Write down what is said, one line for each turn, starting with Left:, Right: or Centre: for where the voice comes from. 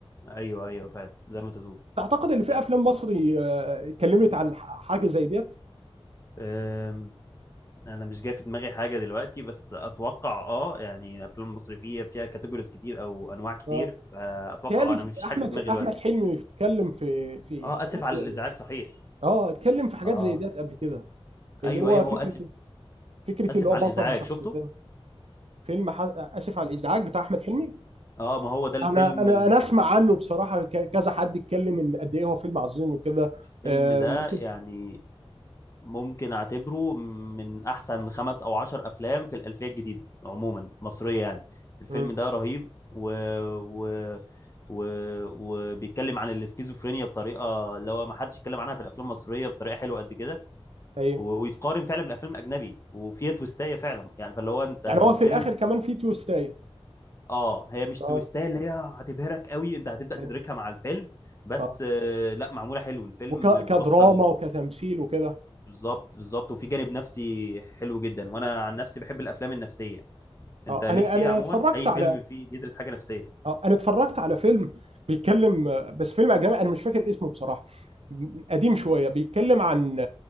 Left: ايوه ايوه فعلا زي ما انت بتقول
Right: تعتقد ان في
Left: أ-
Right: افلام مصري آه، اتكلمت عن ح- حاجه زي ديت
Left: أم، انا مش جاي في دماغي حاجه دلوقتي بس اتوقع اه يعني الافلام المصري فيها فيها كاتيجوريز كتير او انواع كتير
Right: اه
Left: فاتوقع
Right: تهيألي
Left: آه، انا
Right: في-
Left: مفيش
Right: احمد
Left: حاجه في دماغي
Right: احمد
Left: دلوقتي
Right: حلمي اتكلم في في
Left: اه
Right: حاجات
Left: اسف على
Right: زي-
Left: الازعاج صحيح
Right: اه اتكلم في حاجات
Left: اه
Right: زي ديت قبل كده اللي
Left: ايوه
Right: هو
Left: ايوه
Right: فكره
Left: هو اسف
Right: فكره
Left: اسف
Right: اللي هو
Left: على
Right: بطل
Left: الازعاج
Right: بشخصيتين
Left: شفته
Right: فيلم ح... اسف على الازعاج بتاع احمد حلمي
Left: اه ما هو ده الفيلم
Right: انا انا انا اسمع عنه بصراحه ك... كذا حد اتكلم ان قد ايه هو فيلم عظيم وكده
Left: الفيلم
Right: آه،
Left: ده
Right: ممكن
Left: يعني ممكن اعتبره من احسن خمس او عشر افلام في الالفيه الجديده عموما مصريه يعني الفيلم
Right: مم.
Left: ده رهيب و... و... و... وبيتكلم عن الاسكيزوفرينيا بطريقه اللي هو ما حدش اتكلم عنها في الافلام المصريه بطريقه حلوه قد كده
Right: ايوه
Left: و... ويتقارن فعلا بالافلام الاجنبي وفيها تويستايه فعلا يعني فاللي هو انت
Right: يعني
Left: الفيلم
Right: هو في الاخر كمان في تويستاية
Left: اه هي مش تويستايه
Right: اه
Left: اللي هي هتبهرك قوي انت هتبدا تدركها
Right: ايوه
Left: مع الفيلم بس
Right: اه
Left: آه، لا معموله حلو الفيلم
Right: وكدراما
Left: بيوصل
Right: وكتمثيل وكده
Left: بالظبط بالظبط وفي جانب نفسي حلو جدا وانا عن نفسي بحب الافلام النفسيه انت
Right: اه
Left: ليك
Right: انا
Left: فيها
Right: انا
Left: عموما
Right: اتفرجت
Left: اي
Right: على
Left: فيلم فيه بيدرس حاجه نفسيه
Right: اه انا اتفرجت على فيلم بيتكلم بس فيلم اجنبي انا مش فاكر اسمه بصراحه قديم شويه بيتكلم عن